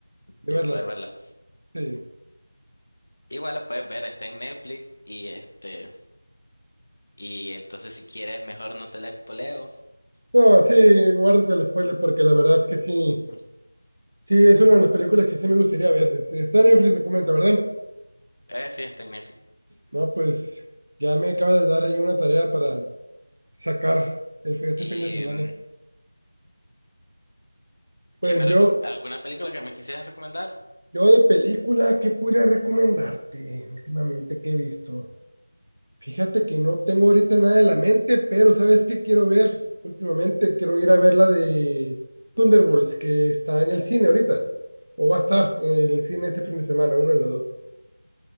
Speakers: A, on the right (about 70°); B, on the left (about 45°).
A: de
B: de
A: verla.
B: poder verla.
A: Sí.
B: Igual la puedes ver, está en Netflix y este, y entonces si quieres mejor no te la poleo.
A: No, sí, guárdate el spoiler porque la verdad es que sí,
B: Ujú.
A: sí, es una de las películas que sí me gustaría ver. Es- Está en Netflix, me comenta, ¿verdad?
B: Eh, sí, está en Netflix.
A: No, pues ya me acaba de dar ahí una tarea para sacar el, este
B: ¿Y
A: fin de semana.
B: mm,
A: Pues
B: qué me
A: yo,
B: reco- alguna película que me quisieras recomendar?
A: yo de película, ¿qué podría recomendarte últimamente que he visto? Fíjate que no tengo ahorita nada en la mente, pero ¿sabes qué quiero ver? Últimamente quiero ir a ver la de Thunderbolts, que está en el cine ahorita, o va a estar en el cine este fin de semana, uno de los dos.